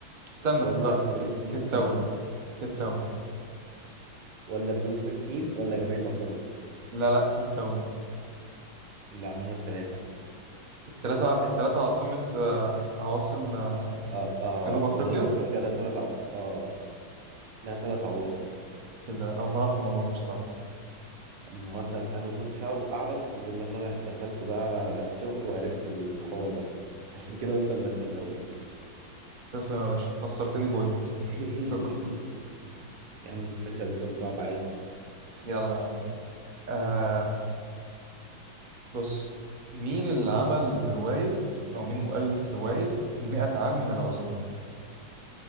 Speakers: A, on the right; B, on the right.
A: استنى
B: ولا
A: افتكرت
B: بلومفونتين
A: ك- كيت تاون كيت تاون
B: ولا بلومفونتين ولا جميع ما سبق
A: لا لا كيت تاون
B: لا هما الثلاثه
A: التلاتة التلاتة عاصمة آه، عواصم آه،
B: اه اه
A: جنوب أفريقيا
B: جنوب افريقيا لها ثلاث عو... اه لها ثلاث عواصم
A: كده أنا أول مرة أعرف الموضوع ده بصراحة
B: اما انا انا ما كنتش أعرف- اعرف غير لما انا دخلت بقى الشغل وعرفت الحوار ده عشان كده قلت اما اسالها لك
A: تسلم يا باشا خسرتني بوينت
B: <laughs>
A: شكرا
B: يا عم مثال سؤال صعب عادي
A: يلا آه بص مين اللي عمل رواية أو مين مؤلف رواية 100 عام من العزلة؟